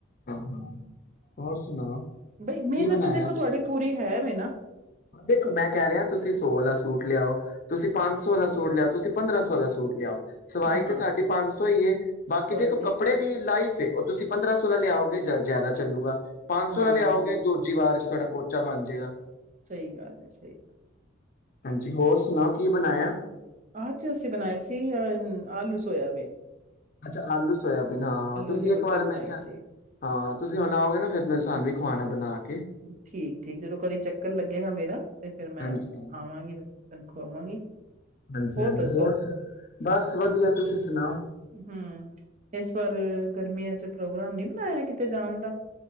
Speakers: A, on the left; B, on the right.
A: ਹਾਂ ਹਾਂ ਹੋਰ ਸੁਣਾਓ
B: ਬਈ ਮਿਹਨਤ
A: ਕੀ ਬਣਾਇਆ
B: ਤਾਂ ਦੇਖੋ
A: ਅੱਜ
B: ਤੁਹਾਡੀ ਪੂਰੀ ਹੈ ਵੇ ਨਾ
A: ਦੇਖੋ ਮੈਂ ਕਹਿ ਰਿਹਾ ਤੁਸੀਂ ਸੋ ਆਲਾ ਸੂਟ ਲਿਆਓ ਤੁਸੀਂ ਪੰਜ ਸੌ ਵਾਲਾ ਸੂਟ ਲਿਆਓ, ਤੁਸੀਂ ਪੰਦਰਾਂ ਸੌ ਵਾਲਾ ਸੂਟ ਲਿਆਓ । ਸਵਾਈ
B: ਹਾਂ-ਹਾਂ
A: ਤੇ ਸਾਢੇ ਪੰਜ ਸੌ ਹੀ ਏ ਬਾਕੀ
B: ਸਵਾਈ
A: ਦੇਖੋ
B: ਤੇ
A: ਕੱਪੜੇ ਦੀ ਲਾਈਫ ਉਹ ਤੁਸੀਂ ਪੰਦਰਾਂ ਸੌ ਸੋ ਦਾ ਲਿਆਓਗੇ ਜ਼ਿਆਦਾ ਚੱਲੂਗਾ। ਪੰਜ
B: ਹਾਂ
A: ਸੌ ਦਾ ਲਿਆਓਗੇ ਦੁੱਧ ਜੀ ਵਾਰ ਚ ਤੁਹਾਡਾ ਪੋਚਾ ਬਣ ਜਾਏਗਾ ।
B: ਸਹੀ ਗੱਲ ਹੈ ਸਹੀ ਗੱਲ।
A: ਹਾਂਜੀ ਹੋਰ ਸੁਣਾਓ ਕੀ ਬਣਾਇਆ?
B: ਅੱਜ ਅਸੀਂ ਬਣਾਏ ਸੀ ਅ ਆਲੂ ਸੋਯਾਬੀਨ।
A: ਅੱਛਾ ਆਲੂ ਸੋਇਆਬੀਨ ਹਾਂ ਤੁਸੀਂ
B: ਨਿਊਟਰੀ
A: ਇੱਕ ਵਾਰ ਮੈਂ
B: ਬਣਾਏ
A: ਕਿਹਾ,
B: ਸੀ।
A: ਹਾਂ ਤੁਸੀਂ ਹੁਣ ਆਓਗੇ ਨਾ ਫ਼ਿਰ ਮੈਂ ਸਾ ਵੀ ਖਾਣਾ ਬਣਾ ਕੇ
B: ਠੀਕ ਠੀਕ ਜਦੋਂ ਕਦੇ ਚੱਕਰ ਲੱਗੇਗਾ ਮੇਰਾ ਤੇ ਫਿਰ ਮੈਂ
A: ਹਾਂਜੀ ਹਾਂਜੀ
B: ਆਵਾਂਗੀ ਤੇ ਤੁਹਾਨੂੰ ਖਵਾਵਾਂਗੀ,
A: ਹਾਂਜੀ
B: ਹੋਰ
A: ਹਾਂਜੀ
B: ਦੱਸੋ
A: ਸੁ- ਬਸ ਵਧੀਆ ਤੁਸੀਂ ਸੁਣਾਓ
B: ਹੂੰ ਇਸ ਵਾਰ ਅ ਗਰਮੀਆਂ ਚ ਪ੍ਰੋਗਰਾਮ ਨੀ ਬਣਾਇਆ ਕਿਤੇ ਜਾਣ ਦਾ।